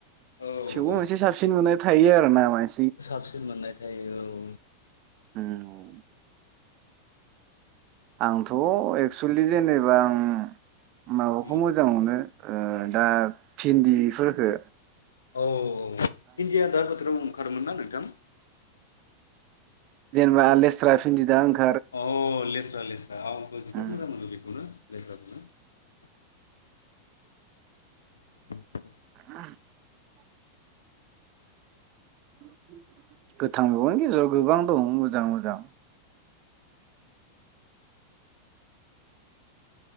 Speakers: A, on the left; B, on the right.
A: औ
B: थेवबो
A: औ
B: मोनसे सापसिन मोनाय थायो आरोना मानस
A: साबसिन मोननाय थायो औ
B: उम आंथ एक्सुलि जेनेबा आं माबाखौ
A: औ
B: मोजां मोननो ओ दा भिन्दिफोरखौ
A: औ भिनदिया दा बोथोराव ओंखारोमोन ना नोंथां
B: जेनेबा लेस्रा, फिन्दि दा ओंखा
A: अ लेस्रा लेस्रा आं आंबो जोबोद
B: उम
A: मोजां मोनो बेखौनो लेस्राखौनो <inaudible>
B: <unintelligible> <inaudible> गोथां <unintelligible> गोबां दं मोजां मोजां।